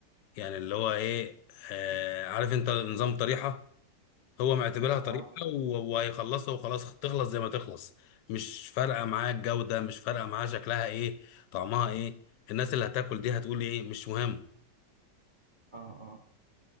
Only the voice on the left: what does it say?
يعني اللي هو ايه آه عارف انت نظام طريحه هو معتبرها طريحه
و- وهيخلصها وخلاص تخلص زي ما تخلص مش فارقه معاه الجوده مش فارقه معاه شكلها ايه طعمها ايه الناس اللي هتاكل دي هتقول ايه مش مهم